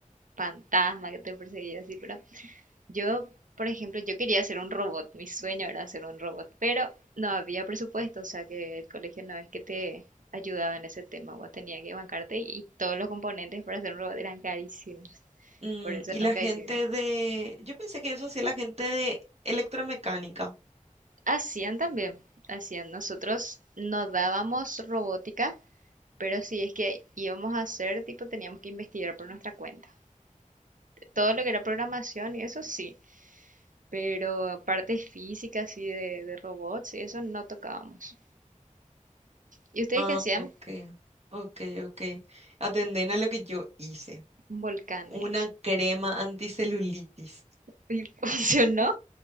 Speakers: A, on the right (about 80°); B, on the right (about 55°).
A: fantasma que te perseguía así, pero Yo, por ejemplo, yo quería hacer un robot, mi sueño era hacer un robot, pero no había presupuesto, o sea que el colegio no es que te ayudaba en ese tema, vos tenías que bancarte y todos los componentes para hacer un robot eran carísimos,
B: Mm,
A: por eso
B: y la
A: nunca
B: gente
A: hicimos.
B: de... Yo pensé que eso hacía la gente de electromecánica.
A: Hacían también, hacían, nosotros no dábamos robótica, pero si es que íbamos a hacer, tipo, teníamos que investigar por nuestra cuenta. Todo lo que era programación y eso sí, pero partes físicas y de, de robots y eso no tocábamos. ¿Y ustedes
B: Ah,
A: qué hacían?
B: ok, ok, ok. Atenden a lo que yo hice.
A: Un volcán.
B: Una
A: eh.
B: crema anticelulitis.
A: Y <laughs> funcionó,